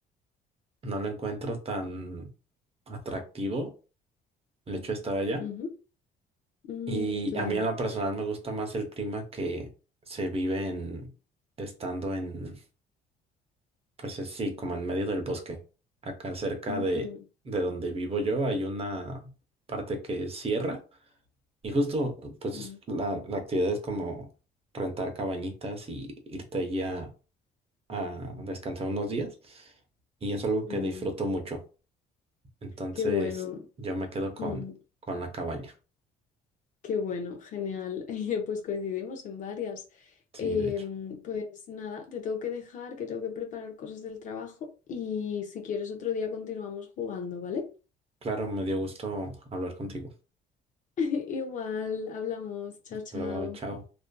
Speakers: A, on the right (about 35°); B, on the left (about 50°).
A: no lo encuentro tan atractivo el hecho de estar allá.
B: Ujú. Mm,
A: Y
B: claro.
A: a mí en la personal me gusta más el clima que se vive en estando en, pues eh, sí, como en medio del bosque. Acá cerca
B: Ujú.
A: de, de donde vivo yo hay una parte que es sierra Y justo, pues
B: Mm,
A: la, la actividad es como rentar cabañitas y irte allí a, a descansar unos días. Y es algo
B: mm.
A: que disfruto mucho. Entonces,
B: Qué bueno.
A: yo me quedo con,
B: Mm.
A: con la cabaña.
B: Qué bueno, genial. <laughs> Eh, Pues coincidimos en varias.
A: Sí,
B: Em,
A: de hecho.
B: pues nada, te tengo que dejar, que tengo que preparar cosas del trabajo y si quieres otro día continuamos jugando, ¿vale?
A: Claro, me dio gusto hablar contigo.
B: <laughs> Igual, hablamos. Chao,
A: Hasta
B: chao.
A: luego, chao.